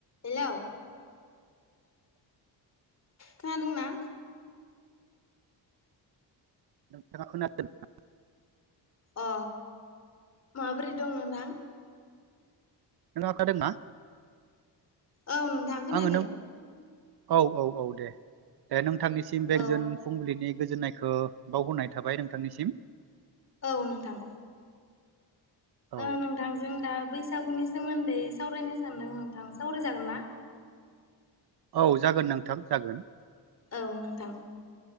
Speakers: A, on the left (about 35°); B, on the right (about 60°).
A: हेल' खोनादोंना?
B: <unintelligible>
A: अ माबोरै दं नोंथां?
B: नों <unintelligible> ना
A: औ नोंथां खोनादों।
B: आङो औ औ औ दे दे नोंथांनिसिम बेजोन
A: औ
B: फुंबिलिनि गोजोन्नायखौ बावहरनाय थाबाय नोंथांनिसिम।
A: औ नोंथां।
B: औ
A: ओं नोंथांजों दा बैसागुनि सोमोन्दै सावरायनो सानदों नोंथां सावरायजागोन ना?
B: औ जागोन नोंथां जागोन।
A: औ नोंथां।